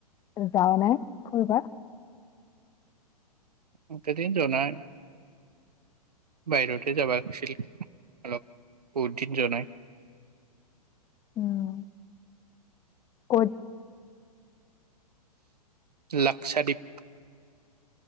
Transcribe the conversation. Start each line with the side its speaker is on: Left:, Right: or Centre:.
Left: যাৱ নাই ফুৰিবা
Right: এইকেদিন যোৱা নাই বাহিৰতে যাবালাগছিল অলপ বহুদিন জোৱাই নাই
Left: উম কত
Right: লাক্সাদ্বীপ